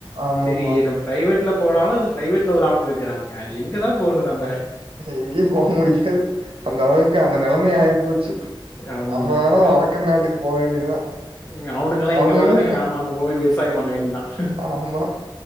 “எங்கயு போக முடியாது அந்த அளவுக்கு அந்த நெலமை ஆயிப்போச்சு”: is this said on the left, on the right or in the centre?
Right